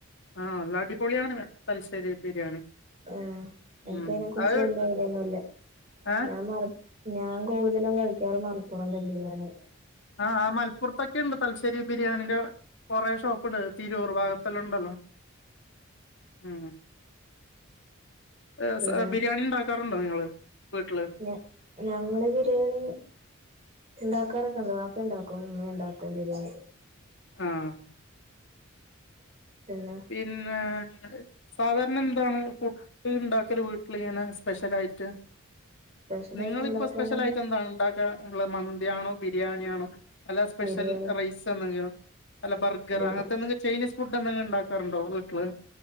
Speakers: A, on the left; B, on the right.
A: ആഹ് നല്ല അടിപൊളിയാണ് തലശ്ശേരി ബിരിയാണി.
B: ആഹ് എനിക്കയിനെക്കുറിച്ച്
A: ഉം അത്
B: വല്യ ഐഡിയൊന്നുല്ല.
A: ഏഹ്
B: ഞാൻ മലപ് ഞാൻ കൂടുതലും കഴിക്കാറ് മലപ്പുറം ദം ബിരിയാണി.
A: ആഹ് ആഹ് മലപ്പുർ ത്തൊക്കെ ഇണ്ട് തലശ്ശേരി ബിരിയാണിന്റെ കുറെ ഷോപ്പ്ണ്ട്, തിരൂർ ഭാഗത്തല്ലാം ഉണ്ടല്ലോ? ഉം. ഈഹ്
B: പിന്നെ
A: സ ബിരിയാണി ഇണ്ടാക് ക്കാറുണ്ടോ നിങ്ങള് വീട്ടില്?
B: ഞ ഞങ്ങള് ബിരിയാണി ഇണ്ടാക്കാറൊക്കെ ഇണ്ട്. വാപ്പ ഇണ്ടാക്കും ഉമ്മയും ഇണ്ടാക്കും ബിരിയാണി.
A: ആഹ്.
B: പിന്നെ?
A: ഇന്ന് നിങ്ങള് സാധാരണ എന്താണ് ഫുഡ്ഡ് ഇണ്ടാക്കല് വീട്ടില് ഇങ്ങനെ സ്പെഷ്യലായിട്ട്.
B: സ്പെഷ്യലായിട്ട്
A: നിങ്ങളിപ്പോ
B: ഉണ്ടാക്കുകയാണെങ്കിൽ
A: സ്പെഷ്യലായിട്ട് എന്താണ് ഇണ്ടാക് ള്ള മന്തിയാണോ ബിരിയാണിയാണോ അല്ല സ്പെഷ്യൽ
B: ബിരിയാണി
A: റൈസ് എന്തെങ്കിലും? അല്ല ബർഗർ
B: ബിരി
A: അങ്ങനത്തെ എന്തെങ്കിലും ചൈനീസ് ഫുഡ്ഡ് എന്തെങ്കിലും ഇണ്ടാക്കാറുണ്ടോ വീട്ടില്?